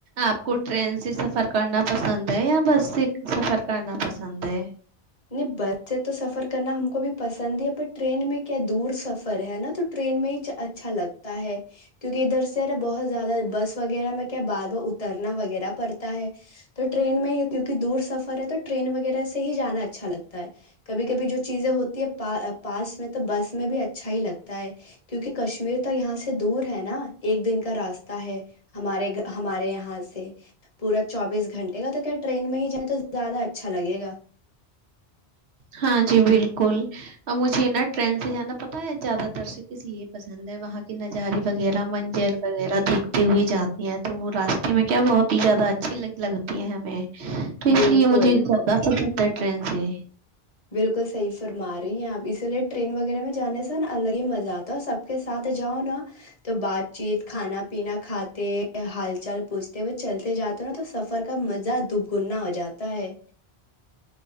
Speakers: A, on the right; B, on the left.
A: آپ کو ٹرین سے سفر کرنا پسند ہے یا بس سے سفر کرنا پسند ہے
B: نہیں بس سے تو سفر کرنا ہم کو بھی پسند ہی ہے پر ٹرین میں کیا دور سفر ہے نا تو ٹرین میں ہی اچھا لگتا ہے کیونکہ ادھر سے بہت زیادہ بس وغیرہ میں کیا بار بار اترنا وغیرہ پڑتا ہے تو ٹرین میں ہی کیونکہ دور سفر ہے تو ٹرین وغیرہ سے ہی جانا اچا اچھا لگتا ہے کبھی کبھی جو چیزیں ہوتی ہےا پاس میں تو بس میں بھی اچھا ہی لگتا ہے کیونکہ کشمیر تو یہاں سے دور ہے نا ایک دن کا راستہ ہے ہمارے ہمارے یہاں سے پورا چوبیس گھنٹے کا تو کیا ٹرین میں ہی جائیں تو زیادہ اچھا لگے گا
A: ہاں جی بالکل ا مجھے فرینڈ سے جانا پتا ہے زیادہ تر سے کس لیے پسند ہے وہاں کے نظارے وغیرہ منجر وغیرہ دیکھتے ہوئے جاتی ہیں تو وہ راستے میں کیا بہت ہی زیادہ اچھی لگ لگتی ہیں ہمیں تو اس
B: بالکل
A: لیے مجھے زیادہ پسند ہے فنسی
B: بالکل صحیح فرما رہی ہیں آپ اسی لیے ٹرین وغیرہ میں جانے سے نا الگ ہی مزہ آتا ہے سب کے ساتھ جاؤ نا تو بات چیت کھانا پینا کھاتے ہال چال پوچھتے وہ چلتے جاتے ہو نا تو سفر کا مزہ دگنا ہو جاتا ہے